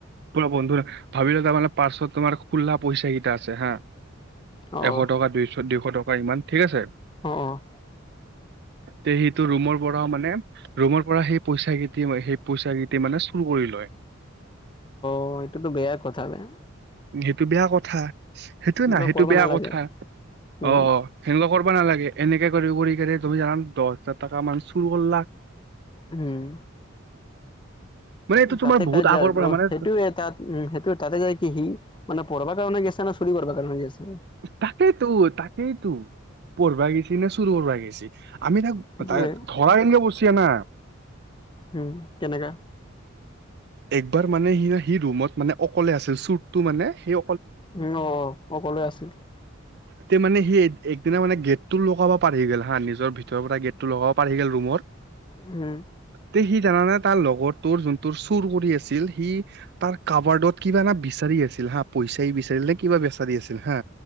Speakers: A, on the right; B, on the left.
A: পৰা বন্ধু, ভাবিলো তাৰ মানে পাৰ্চত তোমাৰ খুলা পইচা কেইটা আছে হা।
B: অ',
A: এশ টকা, দুইশ, দুইশ টকা, ইমান ঠিক আছে।
B: অ'।
A: ত' সেইটো সি ৰোমৰ পৰা মানে ৰোমৰ পৰা সেই পইচা কেইটি, সেই পইচা কেইটি মানে চুৰ কৰি লয়।
B: অ', এইটোটো বেয়া কথা ন'।
A: সেইটো বেয়া কথা সেইটোয়ে
B: এনেকুৱা
A: না সেইটো
B: কৰিব
A: বেয়া
B: নালাগে
A: কথা।
B: উম,
A: অ' অ'! সেনেকুৱা কৰিব নালাগে এনেকে কৰি কৰি কেনে তুমি জানা দহ হাজাৰ টকা মান চুৰ কৰলাক।
B: উম।
A: মানে এইটো
B: তাতে
A: তোমাৰ
B: <unintelligible>
A: বহুত আগৰ পৰা মানে
B: সেইটো তাত। উম, সেইটোৱে তাতে যায় কি সি মানে পঢ়বাৰ কাৰণে গৈছে না চুৰি কৰিা কাৰণে গৈছে।
A: তাকেতো তাকেইতো পঢ়িবা গৈছি নে চুৰি কৰিবা গেৈছি। আমি তাক
B: সেইটোয়ে
A: তাক ধৰাই কেনে <unintelligible>
B: উম, কেনেকা।
A: একবাৰ মানে সি সি ৰুমত মানে অকলে আছিল চুৰটো মানে। সেই
B: উম, অ' অকলে আছিল।
A: তে মানে সি একদিনা মানে গেটটো লগাব পাৰি গ'ল হা নিজৰ ভিতৰৰ পৰা গেটটো লগাব পাৰি গ'ল ৰুমৰ।
B: হম।
A: তে সি জানানে তাৰ লগৰ তোৰ যোনটোৰ চুৰ কৰি আছিল। সি তাৰ কাবাৰ্ডত কিবা এ বিচাৰি আছিল হা পইচাই বিচাৰি আছিল নে কিবা বিচাৰি আছিল হা।